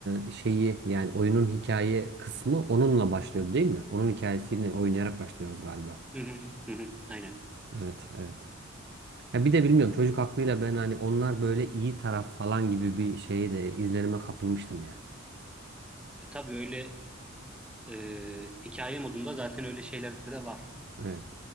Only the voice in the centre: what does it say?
Hı hı, hı hı, aynen.
E, Tabii öyle e, hikaye modunda zaten öyle şeyler de var.